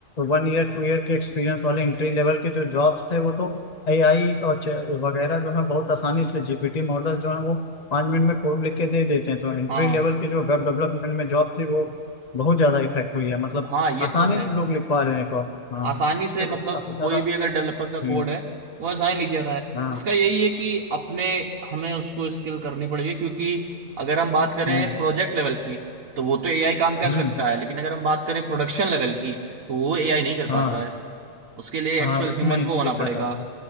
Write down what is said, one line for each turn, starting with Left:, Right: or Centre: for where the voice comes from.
Left: वन ईयर टू ईयर के एक्सपीरियंस वाले एंट्री लेवल के जो जॉब्स थे वो तो एआई और च- वगैरह जो है बहुत आसानी से जीपीटी मॉडल्स जो है वो पाँच मिनट में कोड लिख के दे देते हैं तो एंट्री
Right: हाँ
Left: लेवल के जो वेब डेवलपमेंट में जॉब थी वो बहुत ज्यादा इफेक्ट हुई है मतलब
Right: हाँ ये
Left: आसानी
Right: तो है
Left: से लोग लिखवा रहे हैं कोड हाँ
Right: आसानी
Left: उसके
Right: से
Left: वजह
Right: मतलब
Left: से काफी ज्यादा
Right: कोई भी अगर डेवलपर का कोड
Left: हुई
Right: है वो आसानी लिख जा रहा है
Left: हाँ
Right: इसका यही है कि अपने हमें उसको स्किल करनी पड़ेगी क्योंकि अगर हम बात करें
Left: हम्म
Right: प्रोजेक्ट लेवल की तो वो तो एआई काम कर
Left: हम्म
Right: सकता है लेकिन अगर हम बात करें प्रोडक्शन लेवल की तो वो एआई नहीं कर पाता
Left: हाँ
Right: है उसके लिए
Left: हाँ
Right: एक्चुअल
Left: उसमें
Right: ह्यूमन को होना
Left: दिक्कत
Right: पड़ेगा
Left: आता है